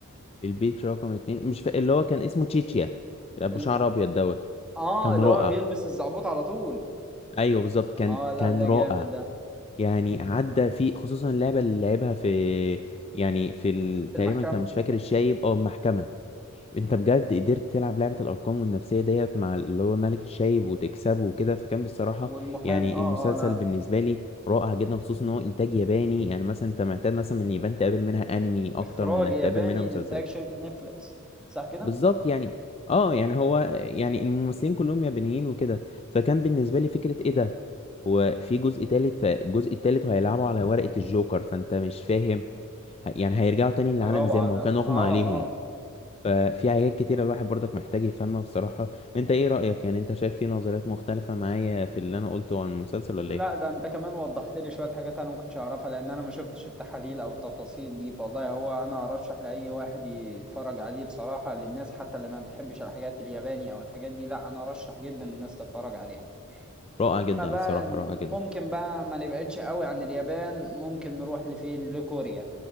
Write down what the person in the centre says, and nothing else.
ال...
اه
اللي
هو بيلبس الزعبوط على طول
اه لا
ده
جامد ده
في
المحكمة
والمحامي
اه
اه لا
اخراج
ياباني
انتاج شركة نتفليكس صح كده
ده روعة
ده
اه
اه.
لا ده انت كمان وضحت لي شوية حاجات انا ما كنتش اعرفها لان انا ما شفتش التحاليل او التفاصيل دي فوالله هو انا ارشح لاي واحد يتفرج عليه بصراحة للناس حتى اللي ما بتحبش الحاجات الياباني او الحاجات دي لا انا ارشح جدا الناس تتفرج عليها
اما
بقى
ال-
ممكن بقى ما نبعدش قوي عن اليابان ممكن نروح لفين لكوريا